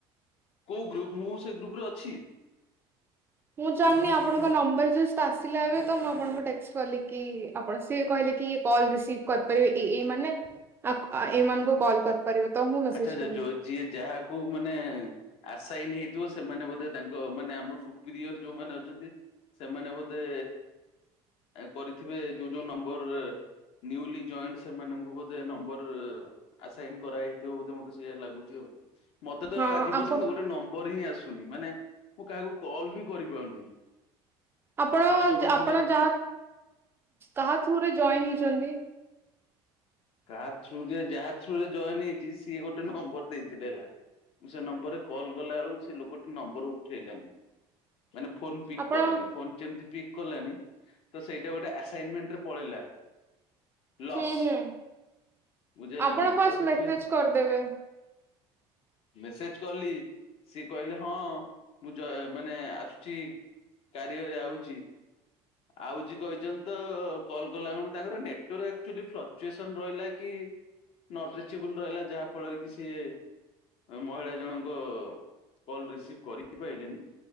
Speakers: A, on the left; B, on the right.
A: କୋଉ ଗ୍ରୁପ ମୁଁ ସେ ଗ୍ରୁପରେ ଅଛି?
B: ମୁଁ ଜାଣିନି ଆପଣଙ୍କ ନମ୍ବର ଯଷ୍ଟ ଆସିଲା ଏବେ ତ ମୁଁ ଆପଣଙ୍କୁ ଟେସ୍ କଲିକି ଆପଣ ସିଏ କହିଲେ କି ଇଏ କଲ ରିସିଭ କରିପାରିବେ ଏଇ ଏଇ ମାନେ ଆ ଏମାନଙ୍କୁ କଲ୍ କରିପାରିବ ତ ମୁଁ ମେସେଜ
A: ଆଚ୍ଛା ଆଚ୍ଛା
B: କଲି।
A: ଯୋଉ ଯିଏ ଯାହାକୁ ମାନେ ଆଶାୟନ ହେଇଥିବ ସେମାନେ ବୋଧେ ତାଙ୍କ ମାନେ ଆମ ସୁପିରିୟର ଯୋଉମାନେ ଅଛନ୍ତି, ସେମାନେ ବୋଧେ କରିଥିବେ ଯୋଉ ଯୋଉ ନମ୍ବର ନ୍ୟୁୟୁଲି ଜଏଣ୍ଟ ସେମାନଙ୍କୁ ବୋଧେ ନମ୍ବର ଆସାଇନ କରାହେଇଥିବ ବୋଧେ ମତେ ସେଇଆ ଲାଗୁଛି ଆଉ, ମତେ ତ
B: ହଁ
A: ଆଜି
B: ଆପ
A: ପର୍ଯ୍ୟନ୍ତ ଗୋଟେ ନମ୍ବର ନମ୍ବର ହିଁ ଆସୁନି। ମାନେ ମୁଁ କାହାକୁ କଲ୍ ବି କରିପାରୁନି।
B: ଆପଣ,
A: ଫାଷ୍ଟ ଅଫ୍ ଅଲ୍
B: ଆପଣ
A: ଗୋଟେ
B: ଯାହା କାହା ଥ୍ରୁରେ ଜଏନ ହେଇଛନ୍ତି?
A: କାହା ଥରେ ଯାହା ଥରେ ଜଏନ ହେଇଛି ସିଏ ଗୋଟେ ନମ୍ବର ଦେଇଥିଲେ ହେଲା। ମୁଁ ସେ ନମ୍ବରରେ କଲ୍ ଗଲା ବେଳକୁ ସେ ଲୋକଟି ନମ୍ବର ଉଠେଇଲାନି। ମାନେ ଫୋନ ପିକ
B: ଆପଣ
A: କଲା ନି, ଫୋନ ଯେମତି ପିକ କଲାନି ତ ସେଇଟା ଗୋଟେ ଆସଇମେଣ୍ଟରେ ପଳେଇଲା। ଲସ୍।
B: ହୁଁ ହୁଁ
A: ବୁଝିହେଲାନି
B: ଆପଣ
A: ନାଇଁ
B: ଫାଷ୍ଟ
A: ତ ସେଥିପାଇଁ
B: ମେସେଜ କରିଦେବେ?
A: ମେସେଜ କଲି ସିଏ କହିଲେ ହଁ, ମୁଁ ମାନେ ଆସୁଛି କାରିୟରେ ଆଉଚି। ଆଉଚି କହିଛନ୍ତି ତ କଲ୍ କଲା ବେଳୁ ତାଙ୍କର ନେଟୱାର୍କ ଆଚ୍ୟୁଲି <unintelligible> <unintelligible> ରହିଲା କି ନଟିରିଚେବଲ ରହିଲା ଯାହା ଫଳରେ କି ସିଏ ମହିଳା ଜଣଙ୍କ କଲ ରିସିଭ କରିପାରିଲେନି।